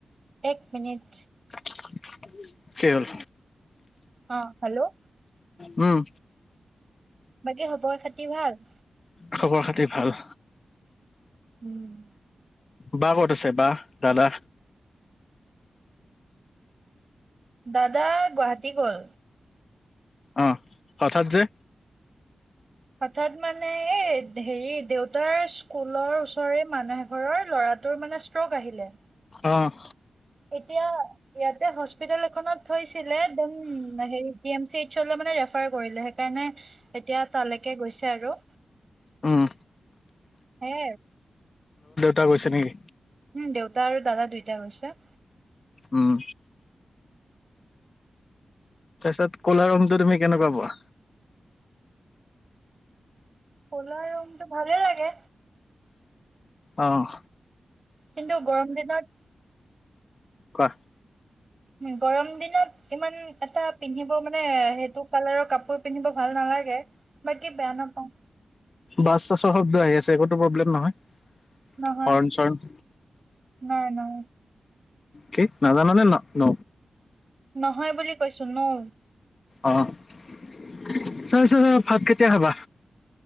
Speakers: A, on the right; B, on the left.
A: এক মিনিট।
B: <unintelligible> কি হ'ল?
A: অ, হেল্ল',
B: উম,
A: বাকী খবৰ খাতি ভাল?
B: খবৰ খাতি ভাল।
A: উম,
B: বা ক'ত আছে বা, দাদা?
A: দাদা গুৱাহাটী গ'ল।
B: অ, হঠাৎ যে?
A: হঠাৎ মানে এই হেৰি দেউতাৰ স্কুলৰ ওচৰৰে মানুহ এঘৰৰ ল'ৰাটোৰ মানে ষ্ট্ৰক আহিলে
B: অহ',
A: এতিয়া ইয়াতে হস্পিতেল এখনত থৈছিলে দেন হেৰি জি এম ইচলে মানে ৰেফা ফাৰ কৰিলে সেইকাৰণে এতিয়া তালেকে গৈছে আৰু।
B: উম,
A: হে
B: তা গৈছে নেকি?
A: দেউতা আৰু দাদা দুইটাই গৈছে।
B: উম। তাছত কলা ৰংটো তুমি কেনেকুৱা পোৱা?
A: কলা ৰুংটো ভালেই লাগে।
B: অহ।
A: কিন্তু গৰম দিনত
B: কোৱা?
A: গৰম দিনত ইমান এটাব পিন্ধিব মানে সেইটো কালাৰৰ কাপ পোৰ পিন্ধিব ভাল নালাগে। বাকী বেয়া নাপাওঁ
B: বাচ চাছৰ শব্দ আহি আছ একোটো প্ৰব্লেম নহয়।
A: নহয়
B: শৰণ চৰণ
A: নাই নৌ।
B: কি নাজানানে ন ন
A: নহয় বুলি কৈছ ছো নও
B: অহ তাৰপিছত ভাত কেতিয়া খাবা